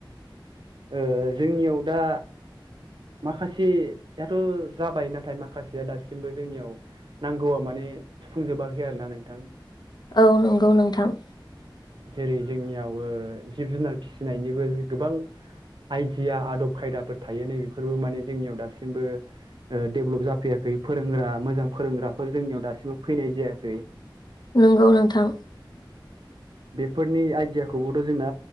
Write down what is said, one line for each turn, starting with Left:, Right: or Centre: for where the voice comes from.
Right: ओ जोंनियाव दा माखासेयाथ' जाबाय नाथाय माखासेया दासिमबो जोंनियाव नांगौआ माने सुफुंजोबाखै आरो ना नोंथां
Left: औ नंगौ नोंथां।
Right: जेरै जोंनियाव ओ जिब जुनार फिसिनायनिबो गोबां आइडिया आदब खायदाफोर थायो नै बेफोरबो माने जोंनियाव दासिमबो ओ डेभेलप जाफैयाखै फोरोंग्रा मोजां फोरोंग्राफोर जोंनियाव दासिमबो फैनाय जायाखै
Left: नोंगौ नोंथां।
Right: बेफोरनि आइडियाखौबोथ' जोंना